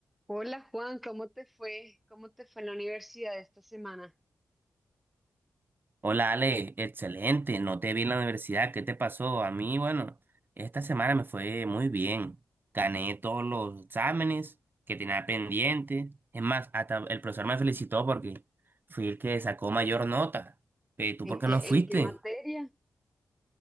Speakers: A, in the centre; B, on the right.
A: Hola Juan, ¿cómo te fue? ¿Cómo te fue en la universidad esta semana?
B: Hola Ale, excelente, no te vi en la universidad, ¿qué te pasó? A mí, bueno, esta semana me fue muy bien, gané todos los exámenes que tenía pendientes. es más, hasta el profesor me felicitó porque fui el que sacó mayor nota. Eh, ¿tú
A: ¿En
B: por qué
A: qué,
B: no fuiste
A: en qué materia?